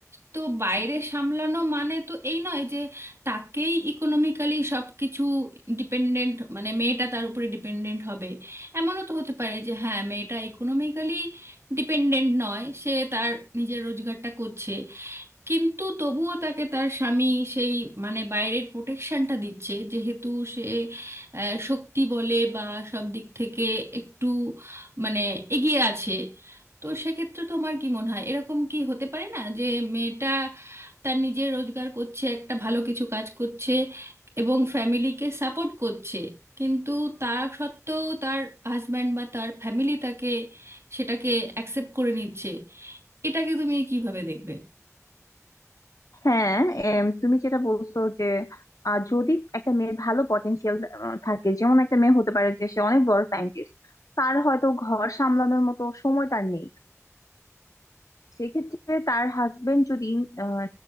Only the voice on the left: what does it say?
হ্যাঁ এম, তুমি যেটা বলছো যে আহ, যদি একটা মেয়ের ভালো পটেনশিয়াল থাকে যেমন একটা মেয়ে হতে পারে যে সে অনেক বড় সায়েন্টিস্ট তার হয়তো ঘর সামলানোর মতো সময় তার নেই সেক্ষেত্রে তার হাজবেন্ড যদি আহ,